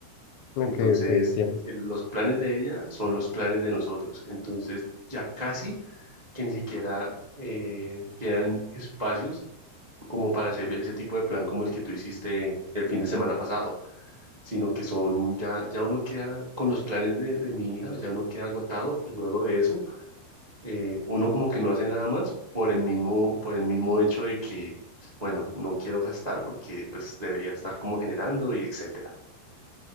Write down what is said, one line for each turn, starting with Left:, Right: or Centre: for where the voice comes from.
Left: Ok,
Right: Entonces,
Left: ok, entiendo.
Right: el- los planes de ella son los planes de nosotros. Entonces, ya casi que ni siquiera eh, quedan espacios como para hacer ese tipo de plan como el que tú hiciste el fin de semana pasado, sino que son, ya, ya uno queda con los planes de, de mi hija, ya uno queda agotado y luego de eso, eh, uno como que no hace nada más por el mismo, por el mismo hecho de que, bueno, no quiero gastar porque pues debería estar como generando y etcétera.